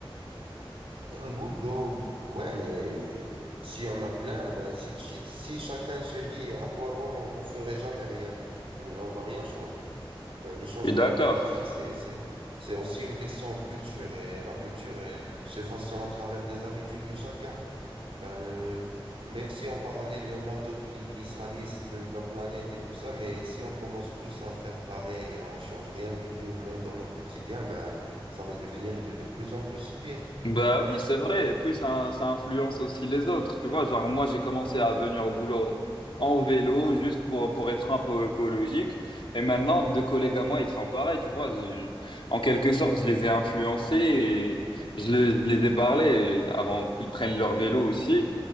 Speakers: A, on the right; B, on the left.
A: Un goutte d'eau, ouais, mais si on a plein, ben, si, si, si chacun se dit à quoi bon, on ferait jamais rien, Euh, on va rien changer. Euh, Le changement
B: Je suis d'accord.
A: climatique, c'est, c'est, c'est aussi une question de culture et la culture, elle se façonne à travers des habitudes de chacun. Ben, euh, même si en parallèle, il y en a d'autres qui, qui salissent le- la planète et tout ça, mais si on commence tous à faire pareil et on change rien du tout, même dans notre quotidien, ben, ça va devenir de, de plus en plus pire.
B: Bah oui, c'est vrai. Et puis, ça, ça influence aussi les autres. Tu vois, genre, moi, j'ai commencé à venir au boulot euh, en vélo, juste pour, pour être un peu écologique. Et maintenant, deux collègues à moi, ils font pareil. Tu vois, Je- en quelque sorte, je les ai influencés et je les, je les ai parlé avant qu'ils prennent leur vélo aussi.